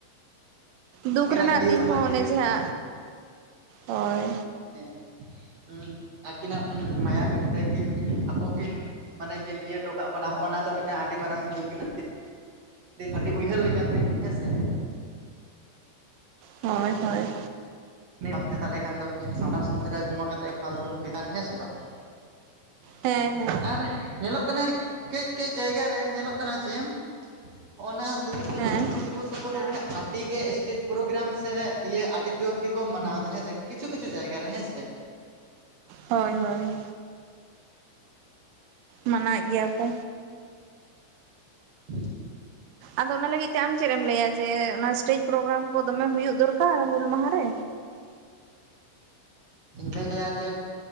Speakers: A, on the right (about 80°); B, on the right (about 50°).
A: ᱫᱩᱠ
B: ᱟᱹᱠᱤᱱᱟᱜ
A: ᱨᱮᱱᱟᱜ
B: ᱫᱤᱞ
A: ᱫᱤᱱ
B: ᱦᱚᱲᱢᱚ
A: ᱦᱚᱸ
B: ᱡᱤᱣᱤ
A: ᱚᱱᱮ ᱡᱟᱦᱟ ᱦᱳᱭ᱾
B: <unintelligible> ᱟᱹᱠᱤᱱᱟᱜ ᱢᱟᱭᱟᱝ ᱛᱮᱠᱤᱱ ᱟᱵᱚ ᱠᱤᱱ ᱢᱟᱱᱮ ᱠᱤᱱ ᱤᱭᱟᱹ ᱴᱚ ᱠᱟᱜ ᱵᱚᱱᱟ ᱦᱚᱜ-ᱱᱟ ᱫᱚ ᱢᱤᱫᱴᱟᱝ ᱟᱹᱰᱤ ᱢᱟᱨᱟᱝ ᱫᱩᱠ ᱨᱮᱱᱟ <inaudible> ᱟᱹᱰᱤ ᱩᱭᱦᱟᱹᱨ ᱞᱮᱠᱟᱱ ᱫᱤᱱ ᱦᱮᱸᱥᱮ
A: ᱦᱚᱭ ᱦᱚᱭ
B: ᱩᱱᱤ <inaudible> ᱛᱟᱦᱮᱞᱮ ᱠᱷᱟᱱ ᱫᱚ ᱥᱟᱱᱛᱟᱲ ᱥᱚᱢᱟᱡᱽ ᱨᱮ ᱡᱚᱢᱟ ᱠᱟᱛᱮ ᱯᱷᱟᱞᱛᱩ ᱵᱮᱠᱟᱨ ᱦᱮᱸ ᱥᱮ ᱵᱟᱝ?
A: ᱦᱮᱸ ᱦᱮᱸ
B: ᱟᱨ ᱧᱮᱞᱚᱜ ᱠᱟᱱᱟ ᱠᱟᱹᱡ ᱠᱟᱹᱡ ᱡᱟᱭᱜᱟ ᱨᱮ ᱧᱮᱞᱚᱜ ᱠᱟᱱᱟ ᱡᱮᱢ᱾ ᱚᱱᱟ ᱛᱤᱨᱤᱥᱟ
A: ᱦᱮᱸ
B: ᱡᱩᱱ ᱦᱩᱞ ᱫᱤᱵᱚᱥ ᱩᱯᱚᱞᱚᱠᱷᱮ ᱟᱹᱰᱤ ᱜᱮ ᱮᱥᱴᱮᱡᱽ ᱯᱨᱳᱜᱨᱟᱢ ᱥᱮ ᱤᱭᱟᱹ ᱟᱹᱰᱤ ᱡᱳᱨ ᱜᱮ ᱠᱚ ᱢᱟᱱᱟᱣ ᱫᱟ ᱦᱮᱸ ᱥᱮ ᱠᱤᱪᱷᱩ ᱠᱤᱪᱷᱩ ᱡᱟᱭᱜᱟ ᱨᱮ ᱦᱮᱸ ᱥᱮ᱾
A: ᱦᱚᱭ ᱦᱚᱭ ᱢᱟᱱᱟᱭᱮᱫ ᱜᱮᱭᱟ ᱠᱚ᱾
B: <unintelligible>
A: ᱟᱫᱚ ᱚᱱᱟ ᱞᱟᱹᱜᱤᱫ ᱛᱮ ᱟᱢ ᱪᱮᱫ ᱮᱢ ᱞᱟᱹᱭᱟ ᱡᱮ ᱚᱱᱟ ᱮᱥᱴᱮᱡᱽ ᱯᱨᱳᱜᱨᱟᱢ ᱠᱚ ᱫᱚᱢᱮ ᱦᱩᱭᱩᱜ ᱫᱚᱨᱠᱟᱨ ᱦᱩᱞ ᱢᱟᱦᱟ ᱨᱮ?
B: ᱤᱧ ᱫᱩᱧ ᱞᱟᱹᱭᱟ ᱡᱮ